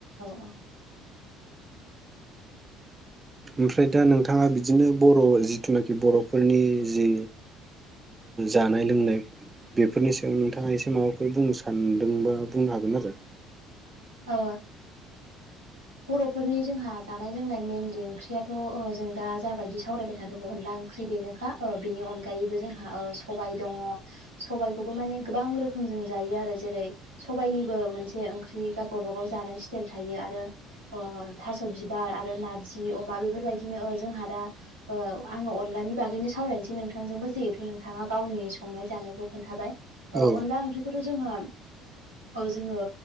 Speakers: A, on the right; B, on the right.
A: औ <inaudible>
B: ओमफ्राय दा नोंथाङा बिदिनो बर' जिथुनाखि बर'फोरनि जि जानाय लोंनाय बेफोरनि सायाव नोंथाङा एसे माबाफोर बुंनो सानदोंबा बुंनो हागोन आरो।
A: ओ बर'फोरनि जोंहा जानाय-लोंनाय मेनलि ओंख्रियाथ' ओ जों दा जाबायदि सावरायबाय थादों अनला ओंख्रि बेनोखा बिनि अनगायैबो जोंहा ओ सबाय दङ सबायखौबो माने गोबां रोखो मजों जायो आरो जेरै सबायनिबो मोनसे ओंख्रि गावबा गावबा जानाय स्टाइल थायो आरो। अ थास' बिबार आरो नारजि अमा बेफोरबायदिनो ओ जोंहा दा ओ आङो अ नलानि बागैनो सावरायनोसै नोंथांजोंबो जिहेथु नोंथाङा गावनि संनाय जानायखौ खोन्थाबाय। ओ
B: औ
A: अनला आंख्रिखौथ' जोङो ओ जोङो